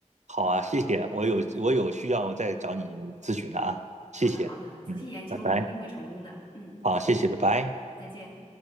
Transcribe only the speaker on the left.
好的，好的，仔细研究，
你一定会成功的。嗯，
再见。